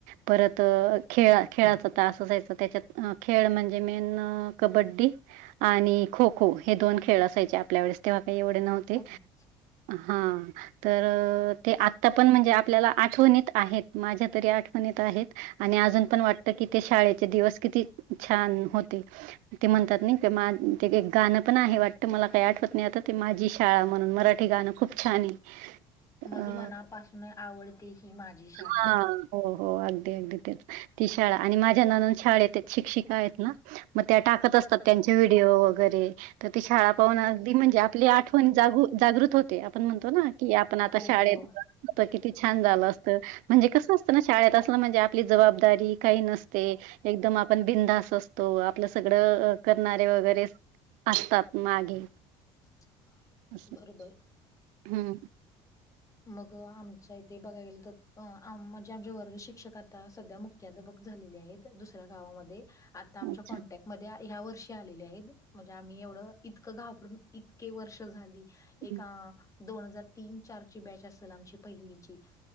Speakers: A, on the right (about 75°); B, on the left (about 25°).
A: परत खेळा खेळाच त अस जायचं त्याच्यात खेळ म्हणजे मेन कबड्डी आणि खो खो हे दोन खेळ असायचे आपल्या वेळेस तेव्हा काही एवढे नव्हते
B: अगदीच
A: हा तर ते आत्ता पण म्हणजे आपल्याला आठवणीत आहेत माझ्या तरी आठवणीत आहेत आणि अजून पण वाटत की ते शाळेचे दिवस किती छान होते ते म्हणतात नाही ते गाणं पण आहे वाटतं मला काही आठवत नाही आता ते माझी शाळा म्हणून मराठी गाणं खूप छान आहे
B: मझ
A: अ
B: मनापासून आवडते ही माझी शाळा.
A: हा हो हो अगदी अगदी तेच ती शाळा आणि माझ्या ननद शाळेत आहेत शिक्षिका आहेत ना मग त्या टाकत असतात त्यांचे व्हिडिओ वगैरे तर ती शाळा पाहून अगदी म्हणजे आपली आठवण जाग जागृत होते आपण म्हणतो ना कि आपण
B: हो
A: आता शाळेत
B: हो.
A: ता किती छान झालं असत म्हणजे कसं असतं ना शाळेत असलं म्हणजे आपली जबाबदारी काही नसते एकदम आपण बिधास असतो आपलं सगळं करणारे वगैरे असतात मागे
B: <unintelligible> <inaudible>
A: अस
B: बरोबर.
A: हम्म
B: मग आमच्या इथे बघाय गेलं तर म्हणजे आमचे वर्ग शिक्षक आता सध्या मुक्त बक झालेली आहेत दुसऱ्या गावामध्ये आता आमच्या
A: अच्छा
B: कॉन्टॅक्ट मध्ये्या ह्या वर्षी आलेल्या आहेत म्हणजे आम्ही एवढं इतकं घाबरून इतके वर्ष झाली एक
A: हं,
B: दोन हजार तीन चार बॅच असेल आमची पहिली